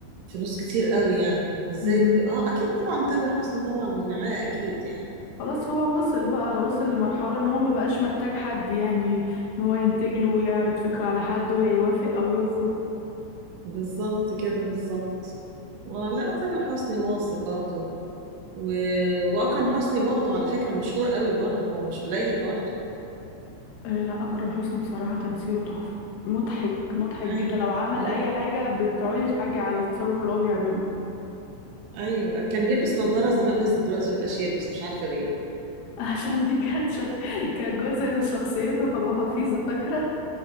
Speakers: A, on the right; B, on the left.
A: فلوس كتير قوي يعني ازاي
B: مم.
A: اه اكيد طبعا تامر حسني طبعا معاه اكيد يعني
B: خلاص هو وصل بقى وصل لمرحلة ان هو
A: مم.
B: ما بقاش محتاج حد يعني ان هو ينتج له ويعرض فكرة على حد ويوافق أو يرفض
A: بالظبط كده بالظبط ولا تامر حسني واصل برضو و... واكرم حسني برضو على فكرة مشهور قوي برضو هو مش قليل برضو
B: آه، لا أكرم حسني بصراحة تمثيله تحفة مضحك مضحك
A: ايوه
B: جدا لو عمل
A: مد...
B: أي حاجة بتقعدي تضحكي على التصرف اللي هو بيعمله
A: ايوه كان بيلبس نظارة زمان بس دلوقتي مبقاش يلبس مش عارفة ليه
B: <laughs> عشان دي كانت شخ... كانت جزء من شخصيته فأبو حفيظة فاكرة